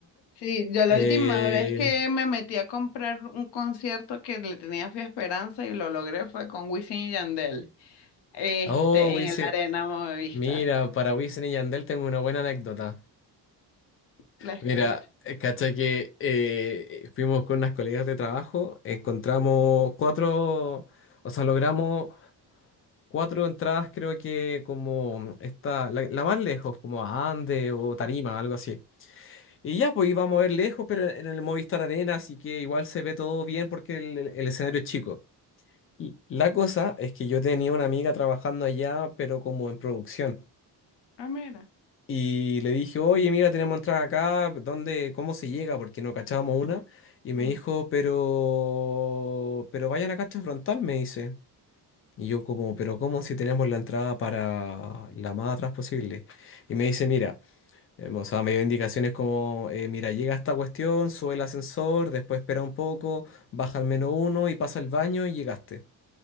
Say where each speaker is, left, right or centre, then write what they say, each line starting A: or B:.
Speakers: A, on the left; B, on the left.
A: Sí, yo la
B: Eh,
A: última vez que me metí a comprar un concierto que le tenía fe a esperanza y lo logré fue con Wisin y Yandel, este,
B: oh, Wisin-
A: en el Arena Movistar.
B: Mira, para Wisin y Yandel tengo una buena anécdota.
A: La escucho.
B: Mira, eh, cacha que eh, fuimos con unas colegas de trabajo, encontramos cuatro, o sea, logramos cuatro entradas, creo que como esta, la, la más lejos, como a Ande o Tarima, algo así. Y ya, pues íbamos a ver lejos, pero en el Movistar Arena, así que igual se ve todo bien porque el, el escenario es chico. Y la cosa es que yo tenía una amiga trabajando allá, pero como en producción.
A: Ah, mira.
B: Y le dije, oye, mira, tenemos entrada acá, ¿dónde, cómo se llega? Porque no cachábamos una. Y me
A: Mm.
B: dijo, pero, pero vayan a cacha frontal, me dice. Y yo como, pero ¿cómo si tenemos la entrada para la más atrás posible? Y me dice, mira, eh, o sea, me dio indicaciones como, eh, mira, llega esta cuestión, sube el ascensor, después espera un poco, baja al menos uno y pasa al baño y llegaste.